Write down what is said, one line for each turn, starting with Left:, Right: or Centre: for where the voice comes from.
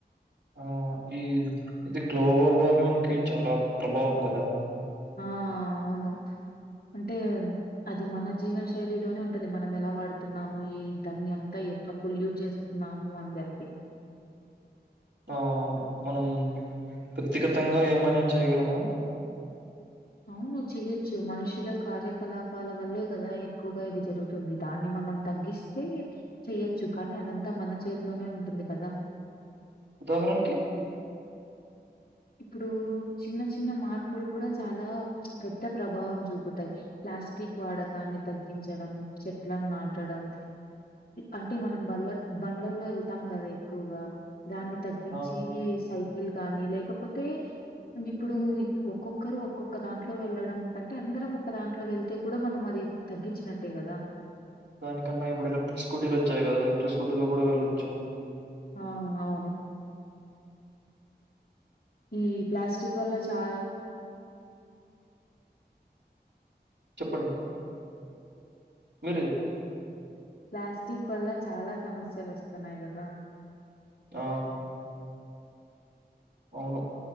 Right: ఆ ఈ ఇది గ్లోబల్ వార్మింగ్కి చాలా ప్రభావం కదా
Left: ఆ.... అవును. అంటే అది మన జీవన శైలిలోనే ఉంటది మనం ఎలా వాడుతున్నాము ఈ దాన్ని ఎంత ఎట్ల పొల్యూట్ చేస్తున్నాము అన్ జెప్పి
Right: ఆ అవును మనం వ్యక్తిగతంగా ఏమైనా చేయగలమా?
Left: అవును చేయొచ్చు మనుషుల కార్యకలాపాల వల్లే కదా ఎక్కువగా ఇది జరుగుతుంది దాన్ని మ మనం తగ్గిస్తే చెయ్యొచ్చు కానీ అదంతా మన చేతిలోనే ఉంటుంది కదా
Right: ఉదాహరణకి
Left: ఇప్పుడు చిన్న చిన్న మార్పులు కూడా చాలా పెద్ద ప్రభావం చూపుతాయి ప్లాస్టిక్ వాడకాన్ని తగ్గించడం చెట్లను నాటం అంటే మనం బండ్లల్లో వెళ్తాం కదా ఎక్కువగా దాన్ని తగ్గించి
Right: ఆ!
Left: సైకిల్ గానీ లేక పోతే ఇప్పుడు ఒక్కొక్కరు ఒక్కొక్క దాంట్లో వెళ్ళడం కంటే అందరం ఒక్క దాంట్లో వెళ్తే కూడా మనం అది తగ్గించినట్టే కదా
Right: దానికన్నా ఇప్పుడు ఎలక్ట్రిక్ స్కూటీలు వచ్చాయి కదా ఎలక్ట్రిక్ స్కూటీలో కూడా వెళ్ళొచ్చు
Left: ఆ అవును ఈ ప్లాస్టిక్ వల్ల చాల
Right: చెప్పండి మీరే చెప్పండి
Left: ప్లాస్టిక్ వల్ల చాలా సమస్యలు వస్తున్నాయి కదా
Right: ఆ అవును